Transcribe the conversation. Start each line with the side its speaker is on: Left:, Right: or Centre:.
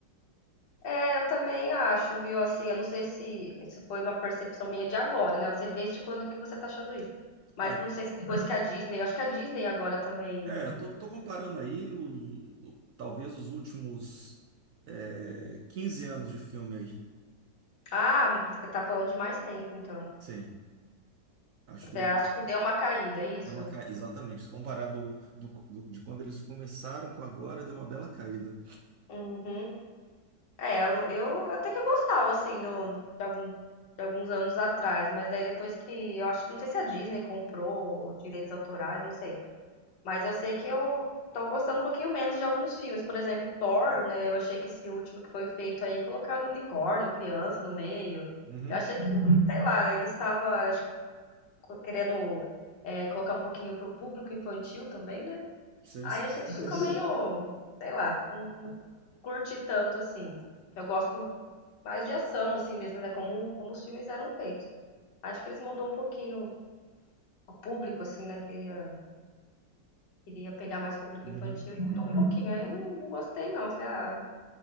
Left: É, eu também acho, viu? Assim, eu não sei se, se foi uma percepção minha de agora, né? Eu Não sei de vez de quando que você tá achando isso. Mas
Right: É,
Left: não sei se depois que a Disney, eu acho que a Disney agora também.
Right: É, eu tô, tô comparando aí o, o- talvez os últimos é, 15 anos de filme aí.
Left: Ah, você tá falando de mais tempo, então.
Right: Sim, acho
Left: Você
Right: que deu
Left: acha que deu uma caída, é isso?
Right: uma ca... Exatamente, se comparar do, do- do- de quando eles começaram com agora, deu uma bela caída.
Left: Uhum. É, eu, eu até que gostava, assim, do, de, algum, de alguns anos atrás, mas daí depois que, eu acho que, não sei se a Disney comprou os direitos autorais, não sei, mas eu sei que eu tô gostando um pouquinho menos de alguns filmes, por exemplo, Thor, né, eu achei que esse último que foi feito aí, colocaram unicórnio, criança no meio,
Right: Uhum,
Left: eu achei que, sei lá, ele estava, acho que, querendo, é, colocar um pouquinho pro público infantil também, né,
Right: sim,
Left: Aí
Right: sim.
Left: achei que ficou meio, sei lá, não, não curti tanto assim. Que eu gosto mais de ação, assim mesmo, né? Como, como os filmes eram feitos. Acho que eles mudou um pouquinho o público, assim, né? Queria, queria pegar mais o público
Right: Uhum.
Left: infantil e mudou um pouquinho. Aí eu não, não gostei, não. Falei, ah,